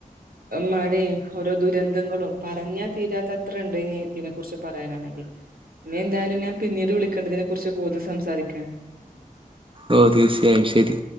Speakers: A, on the right; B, on the right.
A: മഴയും ഓരോ ദുരന്തങ്ങളും പറഞ്ഞാ തീരാത്തത്ര ഉണ്ട് ഇനി ഇതിന് കുറിച്ച് പറയാനാണെങ്കിൽ ഇനി എന്തായാലും ഞാൻ പിന്നീട് വിളിക്കാം ഇതിനെ കുറിച്ച് കൂടുതൽ സംസാരിക്കാൻ
B: ഓഹ് തീർച്ചയായും ശരി